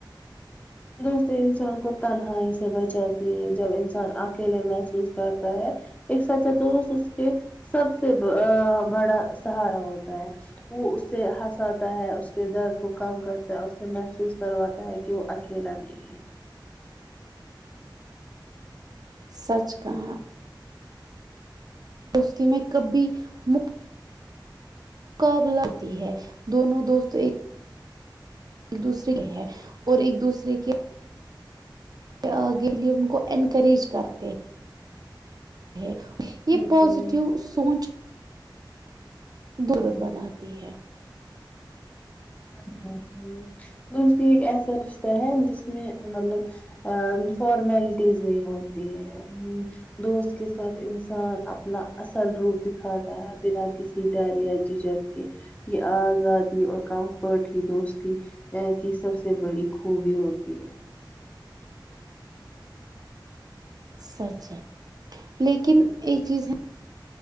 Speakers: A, on the left; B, on the right.
A: دوست انسان کو تنہائی سے بچاتی ہے جب انسان اکیلے محسوس کرتا ہے ایک سچا دوست اس کے سب سے بڑا سہارا ہوتا ہے وہ اس سے ہنساتا ہے اس کے درد کو کم کرتا ہے اسے محسوس کرواتا ہے کہ وہ کھیلا نہیں ہے
B: سچ کہاں دوستی میں کبھی مک مقابلہ ہوتی ہے دونوں دوست ایک ایک دوسرے کے ہے اور ایک دوسرے کے آگے کے لئے ان کو انکریج کرتے ہیں <unintelligible> یہ یہ
A: ہوں
B: پازیٹو سوونچ دورت بناتی ہے
A: ہ ہ ہ دوستی ایک ایسا رشتہ ہے جس میں مطلب فارملٹیز نہیں ہوتی ہے دوست کے ساتھ انسان اپنا اصل روپ دکھاتا ہے بنا کسی ڈر یا جھجک کے یہ آزادی اور کا ٹ ہی دوستی ا کی سب سے بڑی خوبی ہوتی ہے
B: سچ ہے لیکن ایک چیز ہے